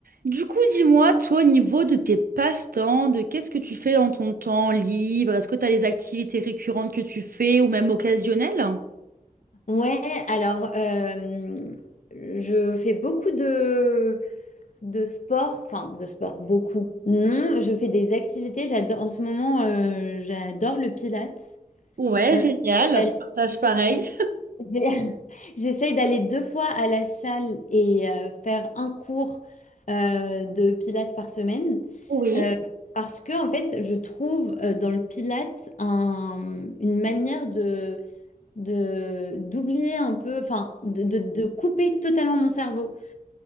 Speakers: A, on the right (about 80°); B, on the left (about 60°).
A: Du coup, dis-moi, toi, au niveau de tes passe-temps, de qu'est-ce que tu fais dans ton temps libre? Est-ce que tu as des activités récurrentes que tu fais ou même occasionnelles?
B: Ouais, alors euh, je fais beaucoup de, de sport, enfin de sport, beaucoup. Non, je fais des activités, j'adore, en ce moment euh, j'adore le pilates.
A: Ouais,
B: Euh,
A: génial,
B: j'essaie d'aller-
A: je partage pareil.
B: <laughs> j'ai- j'essaie d'aller deux fois à la salle et euh, faire un cours euh, de pilates par semaine.
A: Oui,
B: Euh, parce que en fait, je trouve euh, dans le pilates un- une manière de d'oublier un peu, enfin de, de- de couper totalement mon cerveau.